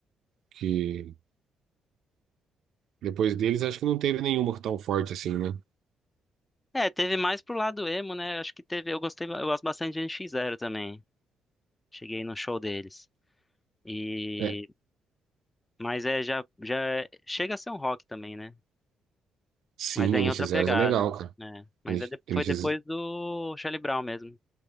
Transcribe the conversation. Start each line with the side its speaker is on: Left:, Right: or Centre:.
Right: que depois deles acho que não teve nenhuma tão forte assim, né?
Left: É, teve mais pro lado emo, né? Acho que teve, eu gostei, eu gosto bastante de N X Zero também. Cheguei no show deles. E
Right: É,
Left: mas é já já é- chega a ser um rock também, né?
Right: Sim,
Left: Mas é em
Right: N nx
Left: outra pegada,
Right: zero é legal, cara.
Left: né? Mas
Right: N
Left: é de-
Right: NX,
Left: foi depois do Charlie Brown mesmo.